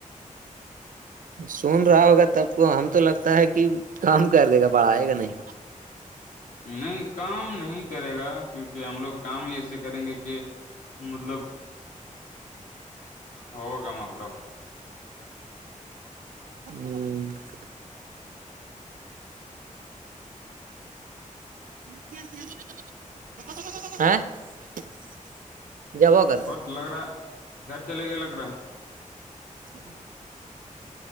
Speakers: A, on the right (about 80°); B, on the left (about 65°).
A: سن رہا ہوگا تب کو ہم تو لگتا ہے کہ کم کر دے گا بڑھائے گا نہیں
B: نہیں کم نہیں کرے گا کیونکہ ہم لوگ کام ہی ایسے کریں گے کہ مطلب ہوگا مطلب
A: ہوں <inaudible>
B: اور لگ رہا گھر چلے گئے لگ رہا
A: <unintelligible>